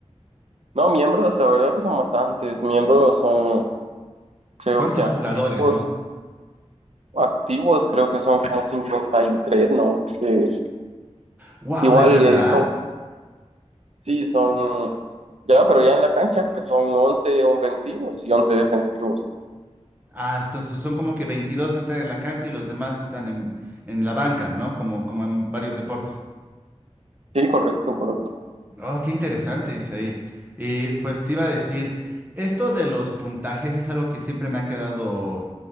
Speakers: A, on the right; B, on the right.
A: No, miembros, la verdad que son bastantes. Miembros son, creo
B: ¿Cuántos
A: que activos,
B: jugadores, no?
A: activos creo que son como cincuenta y tres ¿no? Que
B: Wow,
A: igual
B: ¿de verdad?
A: eh, son, sí, son, ya, pero ya en la cancha pues son once ofensivos y 11 defensivos.
B: Ah, entonces son como que 22 que están en la cancha y los demás están en, en la banca, ¿no? Como, como en varios deportes.
A: Sí, correcto, correcto.
B: Oh, qué interesante, dice ahí. Y pues te iba a decir, esto de los puntajes es algo que siempre me ha quedado